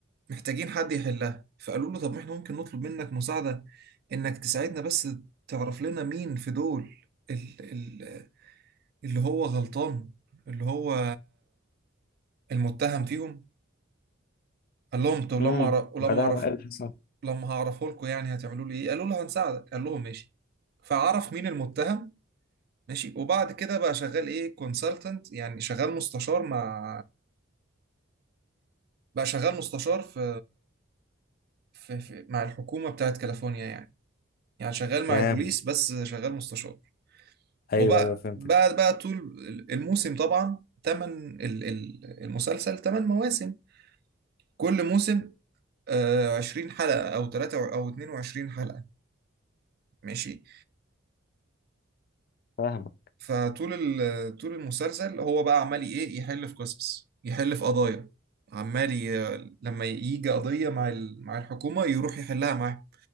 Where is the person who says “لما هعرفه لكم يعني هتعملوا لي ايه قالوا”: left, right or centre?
Right